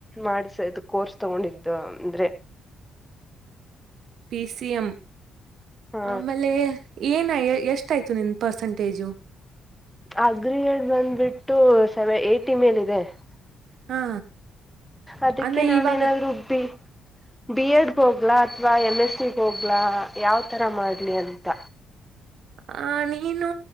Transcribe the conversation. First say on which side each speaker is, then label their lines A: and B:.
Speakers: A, in the centre; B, on the right.
A: ಮಾಡಿಸದು ಕೋರ್ಸ್ ತಗೊಂಡಿದ್ದು ಅಂದ್ರೆ
B: ಪಿ ಸಿ ಎಂ
A: ಹಾ
B: ಆಮೇಲೆ ಏನ ಎಷ್ಟ ಆಯ್ತು ನಿನ್ ಪರ್ಸಂಟೇಜು
A: ಅಗ್ರಿ ಬಂದ್ಬಿಟ್ಟು ಸೆವೆ ಏಟಿ ಮೇಲ ಇದೆ <unintelligible>
B: ಹಾ
A: ಅದಕ್ಕೆ
B: ಅಂದ್ರೆ
A: ನಾನ
B: ಇವಾಗ
A: ಏನಾದ್ೂ ಉಬ್ಬಿ ಬಿ ಎಡ್ ಹೋಗ್ಲಾ ಅಥವಾ ಎಮ್ ಎಸ್ ಸಿಗ್ ಹೋಗ್ಲಾ ಯಾವ್ತರ ಮಾಡ್ಲಿ ಅಂತ <inaudible>
B: ಆ ನೀನು